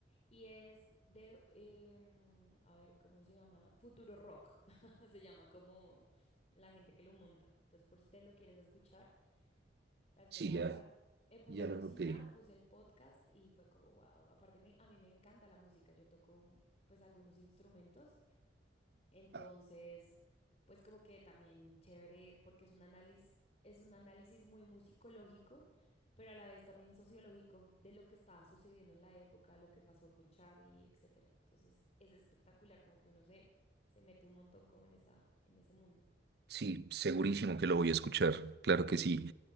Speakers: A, on the left (about 35°); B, on the right (about 60°).
A: Y es de, eh, mm, a ver, ¿cómo se llama? Futuro Rock. <laughs> Se llama como la gente que lo monta. Entonces, por si te lo quieres escuchar. La vez
B: Sí,
A: pasada
B: ya.
A: la ver- me puse
B: Ya
A: a
B: lo
A: cocinar,
B: noté.
A: puse el podcast y fue como, wow. Aparte, me- a mí me encanta la música. Yo toco, pues, algunos instrumentos. Entonces,
B: Ah,
A: pues, como que también chévere porque es un análisis, es un análisis muy musicológico, pero a la vez también sociológico de lo que estaba sucediendo en la época, lo que pasó con Charlie, etcétera. Entonces, es espectacular como que uno se, se mete un montón como en esa, en ese mundo.
B: Sí, segurísimo que lo voy a escuchar. Claro que sí.